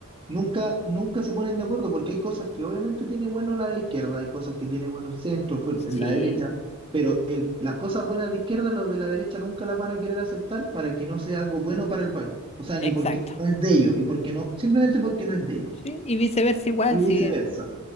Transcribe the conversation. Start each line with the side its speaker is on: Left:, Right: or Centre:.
Right: nunca, nunca se ponen de acuerdo, porque hay cosas que obviamente tiene bueno la de izquierda, hay cosas que tiene bueno el centro, fue-
Left: sí,
Right: la derecha, pero el- las cosas buenas de izquierda, los de la derecha nunca las van a querer aceptar para que no sea algo bueno para el país. O sea, ni
Left: exacto.
Right: porque no es de ellos, y porque no, simplemente porque no es de ellos.
Left: Sí, y viceversa igual,
Right: Y viceversa.
Left: sí,